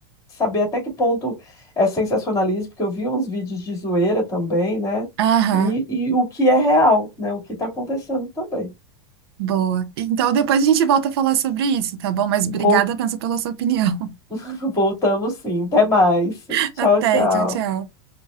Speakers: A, on the left; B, on the right.
A: saber até que ponto é sensacionalismo, porque eu vi uns vídeos de zoeira também, né?
B: Aham,
A: E, e o que é real, né? O que está acontecendo também.
B: boa. Então depois a gente volta a falar sobre isso, tá bom? Mas obrigada,
A: Vou
B: pensa pela sua opinião.
A: <laughs> Voltamos sim. Até mais.
B: <laughs>
A: Tchau,
B: Até,
A: tchau.
B: tchau, tchau.